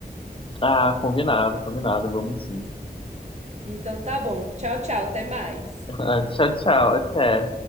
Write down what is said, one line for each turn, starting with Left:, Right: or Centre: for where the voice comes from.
Left: Ah, combinado, combinado, vamos sim.
Right: Então tá bom. Tchau, tchau. Até mais.
Left: <laughs> Tchau, tchau, até.